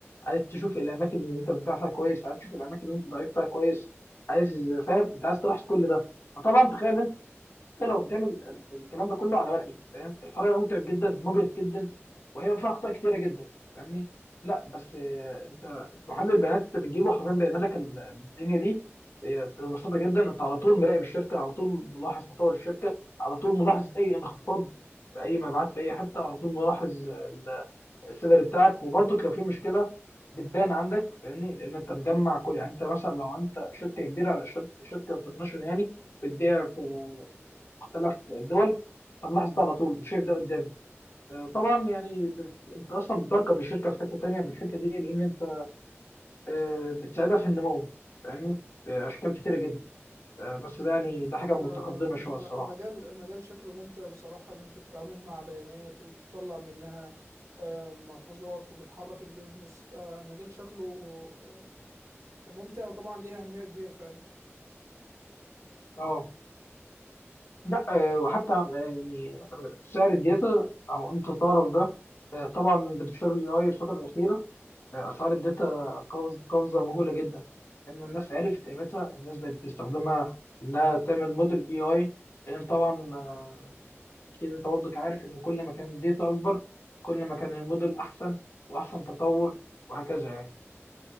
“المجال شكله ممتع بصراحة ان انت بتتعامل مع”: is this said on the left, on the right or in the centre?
Right